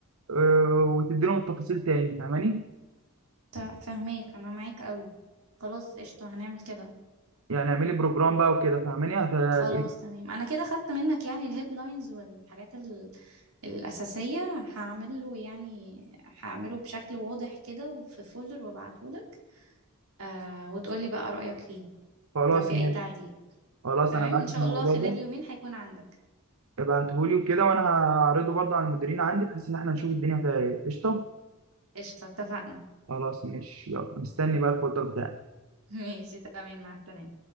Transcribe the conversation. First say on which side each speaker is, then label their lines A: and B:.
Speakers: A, on the right (about 70°); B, on the right (about 85°).
A: آه، وتدي لهم التفاصيل تاني فاهماني
B: تا- فهماك انا معاك قوي خلاص قشطة هنعمل كده
A: يعني اعملي بروجرام بقى وكده فاهماني هت-
B: خلاص تمام انا كده خدت منك يعني الهيدلاينز والحاجات ال... الأساسية هعمله يعني هعمله بشكل واضح كده وفي فولر وابعتهولك آه وتقولي بقى رأيك فيه
A: خلاص
B: لو في
A: ماشي
B: اي تعديل
A: خلاص
B: تمام
A: انا معاك
B: ان شاء
A: في الموضوع
B: الله خلال
A: ده
B: يومين هيكون عندك
A: يبقى انتهولي وكده وانا هعرضه برضه على المديرين عندي بحيث ان احنا نشوف الدنيا فيها ايه قشطه
B: قشطة اتفقنا
A: خلاص ماشي يلا مستني
B: <laughs>
A: بقى الفولدر بتاعك
B: ماشي تمام مع السلامة